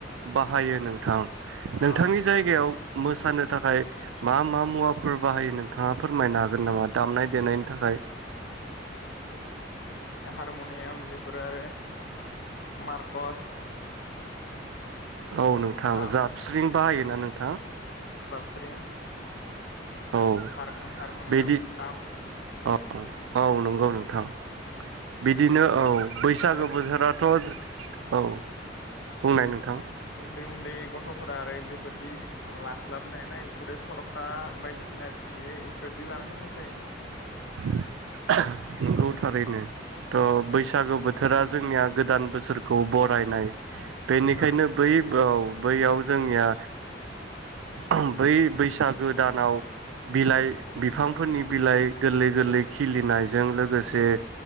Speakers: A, on the right; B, on the left.
A: बाहायो नों थां
B: ओ
A: नोंथांनि जायगायाव मोसानो थाखाय मा मा मुवाफोर बाहायो नोंथाङा फोरमायनो हागोन नामा दामनाय देनायनि थाखाय?
B: हारमनियाम बे फोर आरो मारकस
A: औ नोंथां
B: खाम
A: जाबस्रिं बाहायोना नोंथां
B: स्रिं
A: औ
B: हार हारमनियाम
A: बिदि
B: खाम
A: औ औ नंगौ गौ नोंथां
B: उम
A: बिदिनो बैसागु
B: आरो
A: बोथोराथ' औ बुंनाय नोंथां
B: उन्दै उन्दै गथ'फोरा आरो बेफोरदि लास्ट ग्लाब नाय नाय बिसोरो थर'खा बायदिसिना इफोर इफोरदि लानानै मोसायो
A: <unintelligible> नंगौ थारैनो थ' बैसागु
B: उम
A: बोथोरा जोंनिया गोदान बोसोरखौ ब फरायनाय बेनिखायनो
B: ओ
A: बै औ बैयाव जोंनिया बै उम बैसागो दानाव बिलाइ
B: ओ
A: बिफां फोरनि बिलाइ गोरलै गोरलै खिलिनायजों लोगोसे
B: उम